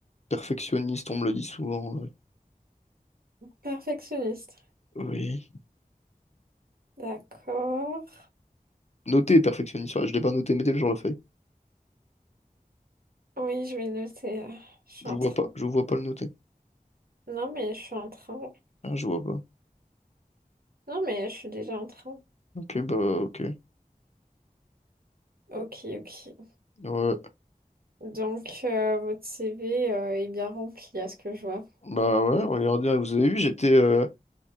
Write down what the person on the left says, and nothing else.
perfectionniste, on me le dit souvent. ouais.
Oui.
Noté perfectionniste, ouais, je l'ai pas noté, mettez-le sur la feuille.
Je
vois
pas, je vois pas le noter.
Ah, je vois pas.
Ok, bah ok.
Ouais.
Bah ouais, regardez, hein, vous avez vu, j'étais euh,